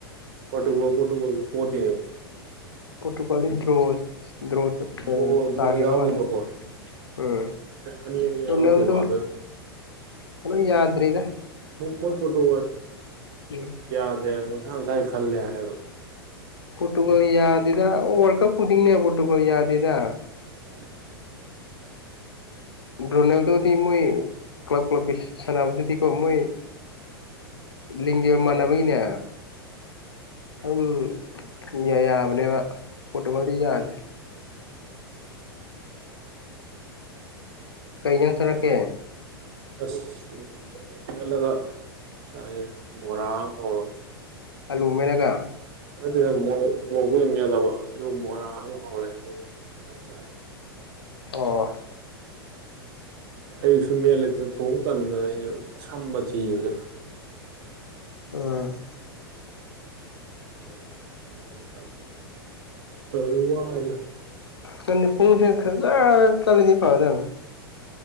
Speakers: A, on the right; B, on the left.
A: ꯄꯠꯀꯣ ꯄꯠꯀꯣ ꯄꯣꯗꯤꯦꯉ
B: ꯄꯣꯇꯨꯒꯂꯤꯗꯤ ꯗ꯭ꯔꯣꯁ ꯗ꯭ꯔꯣ
A: ꯗ꯭ꯔꯣ
B: ꯇꯕ
A: ꯗ꯭ꯔꯣ ꯌꯥꯎꯈꯤꯕꯀꯣ
B: ꯃꯥꯜꯦ ꯎꯝ
A: ꯑꯅꯤ ꯑꯅꯤ ꯌꯥꯎꯔ
B: ꯑꯣꯅꯗ
A: ꯀꯩꯅꯣ ꯑꯗꯨ
B: ꯀꯩꯅꯣ ꯌꯥꯗ ꯔꯔꯤꯗ
A: ꯃꯣꯏ ꯄꯣꯠꯇꯣ
B: ꯎꯝ
A: ꯌꯥꯗꯦ ꯍꯥꯏ ꯉꯁꯥ ꯉꯁꯥꯏ ꯈꯜꯂꯦ ꯍꯥꯏꯌꯦꯕ
B: ꯄꯣꯣꯔꯇꯨꯒꯜ ꯌꯥꯗꯗ ꯋꯥꯔꯜ ꯀꯞ ꯄꯨꯗꯤꯒꯅꯦ ꯄꯣꯣꯔꯇꯨꯒꯜ ꯌꯥꯗꯗ
A: ꯎꯝ
B: ꯔꯣꯅꯦꯜꯗꯗꯤ ꯃꯣꯏ ꯀ꯭ꯂꯞ ꯀꯞꯀꯤ ꯁꯥꯟꯅꯕꯗꯨꯗꯤꯀꯣ ꯃꯣꯏ ꯂꯤꯡꯖꯦꯜ ꯃꯥꯟꯅꯕꯒꯤꯅꯦ
A: ꯎꯝ
B: ꯑꯗꯨꯝ ꯌꯥꯕꯅꯦꯕ ꯄꯣꯠꯇꯨꯀꯜꯗꯤ ꯌꯥꯗ꯭ꯔꯦ ꯀꯩ ꯌꯥꯝꯁꯔꯛꯀꯦ
A: ꯑꯁ ꯍꯦꯜꯂꯒ ꯆꯥꯅꯩ ꯕꯣꯔꯥ ꯑꯃ ꯍꯧꯔꯒ
B: ꯑꯜꯂꯨꯃꯦꯅꯒ
A: ꯑꯗꯨꯠꯇꯗ ꯃꯣꯡꯒꯨ ꯑꯃ ꯃꯦꯜꯂꯕ ꯑꯗꯨ ꯕꯣꯔꯥ ꯑꯃ ꯍꯧꯔꯦ ꯑꯗꯨꯒ ꯊꯁꯔꯦ
B: ꯑꯣ
A: ꯑꯌꯨꯛꯁꯨ ꯃꯦꯟꯂꯦꯇꯅ ꯊꯣꯡ ꯇꯗꯅ ꯑꯩꯅ ꯁꯝꯝꯕ ꯊꯤꯕꯗ
B: ꯑ
A: ꯇꯗ
B: ꯀ ꯄꯨꯡꯁꯦ ꯈꯖ ꯆꯂꯦꯗꯤ ꯄꯕꯗꯦ